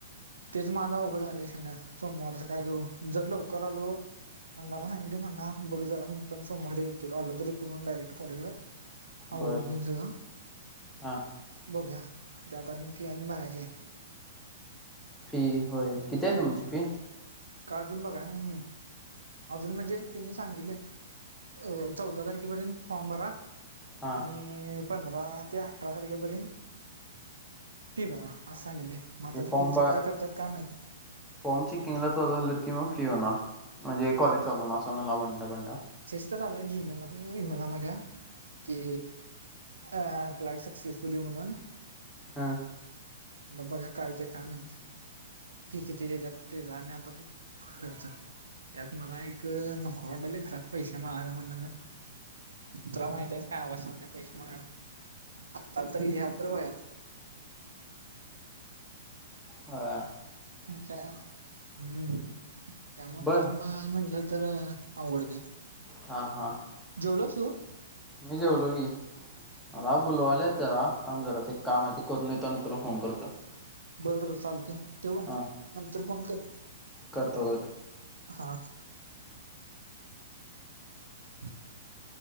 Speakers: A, on the right (about 85°); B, in the centre.
A: तेच माझं उघड झालंय शाण्या सोमवारच काय करू जर लवकर आलो बंडाला सांगितलोय म्हणा बघ जरा मी पण सोमवार येतो आलो तर येतो म्हणून डायरेक्ट कॉलेज वर अवरून
B: बर
A: तेन सगळ
B: हा
A: बघूया त्यात आणि फी आणि भरायचीय
B: फी होय कितीय तुमची फी
A: का अजून बघाय नाई मी अजून म्हणजे त्यानी सांगितले अ चौदा तारखेपर्यंत फॉम भरा
B: हा
A: आणि पंधरा ते अठरा तारखेपर्यंत फी बरा अस सांगितलय
B: म्हणजे
A: आता
B: फॉर्म
A: फी
B: ब
A: च काय करताात काय माहित
B: फॉर्म चेकिंगला चालू झालं की मग फी होणार म्हणजे कॉलेज चालू होणार समजलं लाव बंडा
A: अत्ताच आलं जी मेल ई मेला माज्या की फ्लाईट सक्सेसफुली म्हणून
B: हा
A: मग बघा काय होतंय काय माहित फी किती देत्यात तेज अनी आता खरच त्यात मला एक नको भांडल्यात घरात पैसे मागायचं म्हटल्यावर तुला माहीतीयच काय अवस्था झाल्या म आता तरी घ्या तर वयात
B: होय
A: त्या हम्म त्या मग
B: बर
A: काम मिळाल म्हटलं, तर अवघड हुतय,
B: हां हां
A: जेवलस तु,
B: मी जेवलो की मला बुलवायल्यात जरा थांब जरास एक काम हाय ते करून येतो. तुला फोन करतो.
A: बरं बर चालतय, ठेवु काय
B: हा
A: नंतर फोन कर
B: करतो करतो.
A: हा <unintelligible>